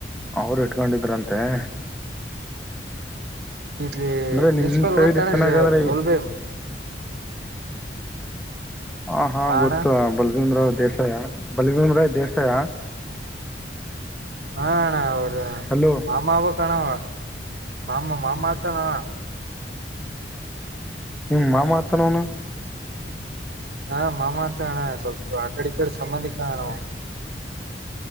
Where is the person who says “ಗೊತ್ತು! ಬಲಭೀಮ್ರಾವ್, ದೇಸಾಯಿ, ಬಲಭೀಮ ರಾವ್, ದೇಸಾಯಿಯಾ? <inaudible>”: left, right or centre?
Centre